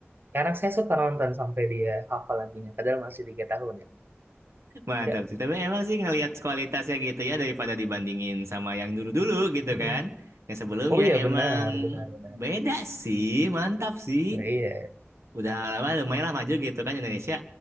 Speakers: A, on the right; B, on the right.
A: eh, anak saya suka nonton sampai dia hafal lagunya padahal masih tiga tahun ya.
B: mantap
A: Iya.
B: sih tapi emang sih ngelihat kualitasnya gitu ya daripada dibandingin sama yang dulu-dulu gitu
A: Mm-mm.
B: kan yang sebelumnya
A: Oh iya
B: emang
A: benar benar benar.
B: beda sih mantap sih
A: Nah, iya.
B: Udah lama lumayan lah maju gitu kan Indonesia.